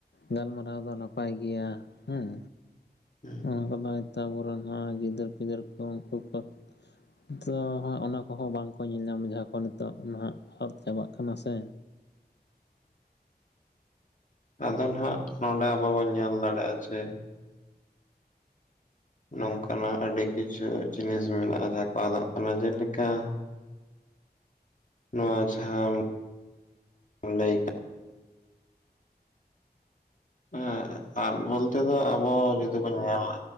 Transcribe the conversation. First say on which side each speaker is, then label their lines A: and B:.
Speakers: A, on the left; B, on the left.
A: ᱜᱟᱞᱢᱟᱨᱟᱣ ᱫᱚ ᱱᱟᱯᱟᱭ ᱜᱮᱭᱟ ᱦᱮᱸ᱾
B: <inaudible>
A: ᱚᱱᱟ ᱠᱚᱫᱚ ᱡᱷᱚᱛᱚ ᱟᱵᱚᱨᱮᱱ ᱦᱚᱸ ᱜᱤᱫᱟᱹᱨ ᱯᱤᱫᱟᱹᱨ ᱠᱚ ᱩᱱᱠᱩ ᱠᱚ ᱱᱤᱛᱚᱜ ᱦᱟᱸᱜ ᱚᱱᱟ ᱠᱚᱦᱚᱸ ᱵᱟᱝᱠᱚ ᱧᱮᱞ ᱧᱟᱢᱮᱜ ᱟᱠᱚ ᱱᱤᱛᱚᱜ ᱱᱟᱦᱟᱜ ᱟᱫ ᱪᱟᱵᱟᱜ ᱠᱟᱱᱟ ᱥᱮ᱾
B: ᱟᱫᱚ ᱱᱟᱦᱟᱜ ᱱᱚᱸᱰᱮ ᱟᱵᱚ ᱵᱚᱱ ᱧᱮᱞ ᱫᱟᱲᱮᱭᱟᱜ-ᱟ, ᱡᱮ ᱱᱚᱝᱠᱟᱱᱟᱜ ᱟᱹᱰᱤ ᱠᱤᱪᱷᱩ ᱡᱤᱱᱤᱥ ᱢᱮᱱᱟᱜᱼᱟ ᱡᱟᱦᱟᱸ ᱠᱚ ᱟᱫᱚᱜ ᱠᱟᱱᱟ᱾ ᱡᱮᱞᱮᱠᱟ ᱱᱚᱣᱟ ᱡᱟᱦᱟᱢ ᱞᱟᱹᱭ ᱠᱮᱫ᱾ ᱦᱮᱸ, ᱟᱱ ᱵᱚᱞᱛᱮ ᱫᱚ ᱟᱵᱚ ᱡᱩᱫᱤ ᱵᱚᱱ ᱧᱮᱞᱟ᱾